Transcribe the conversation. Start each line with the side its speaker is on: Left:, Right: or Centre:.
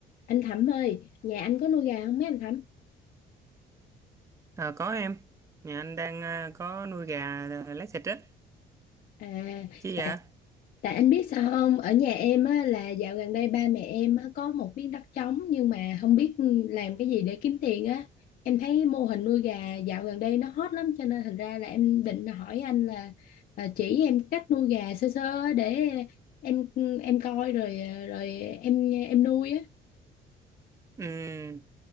Left: Anh Thẩm ơi, nhà anh có nuôi gà không mấy anh Thẩm?
Right: Ờ, có em, nhà anh đang ờ, có nuôi gà ờ, lấy thịt á,
Left: À,
Right: chứ
Left: tại
Right: dạ.
Left: tại anh biết sao không? Ở nhà em á, là dạo gần đây ba mẹ em á, có một miếng đất trống nhưng mà không biết làm cái gì để kiếm tiền á. Em thấy mô hình nuôi gà dạo gần đây nó hot lắm cho nên thành ra là em định hỏi anh là à, chỉ em cách nuôi gà sơ sơ á để em em coi rồi à, rồi em em nuôi á.
Right: Ừ,